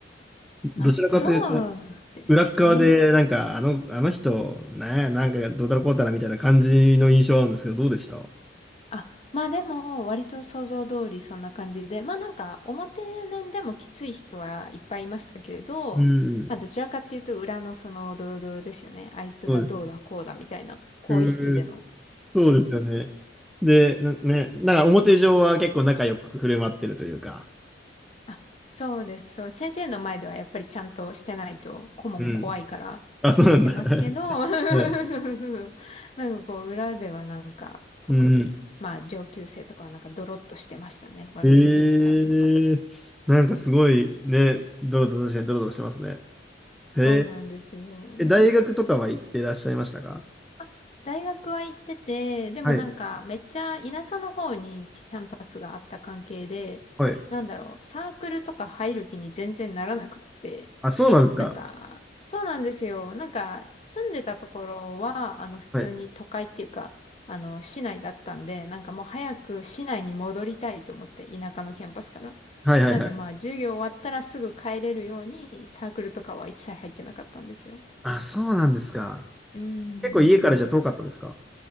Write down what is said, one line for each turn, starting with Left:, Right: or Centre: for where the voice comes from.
Left: まあ、
Centre: どちらかというと、
Left: そうですね。
Centre: 裏っ側で、なんか、あの、あの人、ね、なんか、どうたらこうたらみたいな感じの印象はあるんですけど、どうでした
Left: あ、まあでも、割と想像通りそんな感じで、まあなんか、表面でもきつい人はいっぱいいましたけれど、
Centre: うんうん。
Left: まあどちらかっていうと、裏のそのドロドロですよね。あいつがどうだこうだみたいな、
Centre: そうです。
Left: 更衣室での。
Centre: うー、そうですよね。で、んね、なんか表上は結構仲良く振る舞ってるというか。
Left: あそうです。そう、先生の前ではやっぱりちゃんとしてないと顧問怖いからしてますけど、
Centre: うん。あ、そうなんだ。<laughs>
Left: <laughs> そうそうなんかこう裏ではなんか特にまあ上級生とかはなんかドロッとしてましたね。
Centre: はい。うんうん。
Left: 悪口言ったりとか。
Centre: ええなんかすごいね、ドロドロ確かにドロドロしてますね。
Left: そうなんですよ。
Centre: へえ。え、大学とかは行ってらっしゃいましたか
Left: あ大学は行ってて、でもなんかめっちゃ田舎の方にキャンパスがあった関係で、
Centre: はい。はい。
Left: なんだろう、サークルとか入る気に全然ならなくって、
Centre: あ、そうなんですか。
Left: なんか、そうなんですよ。なんか住んでたところは、あの普通に都会っていうか、
Centre: はい。
Left: あの市内だったんで、なんかもう早く市内に戻りたいと思って、田舎のキャンパスから。
Centre: はいはいはい。
Left: なんでまあ授業終わったらすぐ帰れるようにサークルとかは一切入ってなかったんですよ。
Centre: あ、そうなんですか。
Left: うーん。
Centre: 結構家からじゃ遠かったんですか